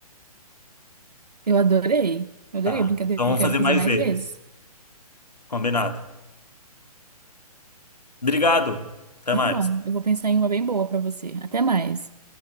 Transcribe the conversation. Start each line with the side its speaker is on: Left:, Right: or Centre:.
Right: Eu adorei. Eu adorei
Left: Tá.
Right: a brincadeira,
Left: Então
Right: eu
Left: vamos
Right: quero
Left: fazer
Right: fazer
Left: mais
Right: mais
Left: vezes.
Right: vezes.
Left: Combinado. Obrigado. Até
Right: Muito
Left: mais.
Right: bom. Eu vou pensar em uma bem boa pra você. Até mais.